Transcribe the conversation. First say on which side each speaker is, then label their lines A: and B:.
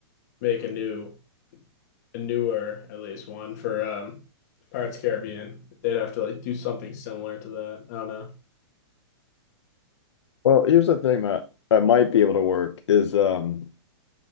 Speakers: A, on the left (about 35°); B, on the left (about 75°).
A: make a new a newer at least one for um Pirates of the Caribbean, they'd have to like do something similar to that. I don't know.
B: Well, here's the thing that that might be able to work is um